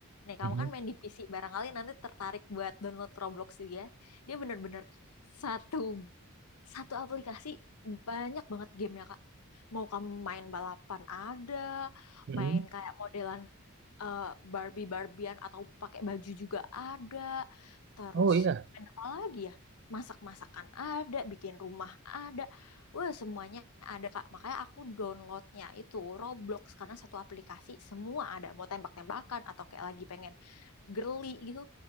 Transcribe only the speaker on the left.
nih kamu
kan main di PC barangkali nanti tertarik buat download Roblox juga. ya. Dia bener-bener satu satu aplikasi banyak banget game ya Kak. Mau kamu main balapan ada,
main
kayak modelan eh, Barbie-Barbian atau pakai baju juga ada. Terus
main apa lagi ya? Masak-masakan ada, bikin rumah ada. Wah, semuanya ada Kak. Makanya aku downloadnya itu Roblox karena satu aplikasi semua ada. Mau tembak-tembakan atau kayak lagi pengen girly gitu.